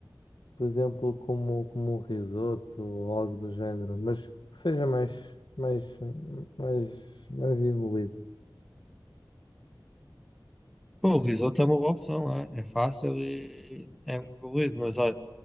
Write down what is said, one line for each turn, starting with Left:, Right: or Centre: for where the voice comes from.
Left: por exemplo, como, como um risoto ou algo do género, mas que seja mais, mais, mais, mais evoluído.
Centre: Pô, o risoto é uma boa opção, é, é fácil e é um evoluído, mas olha,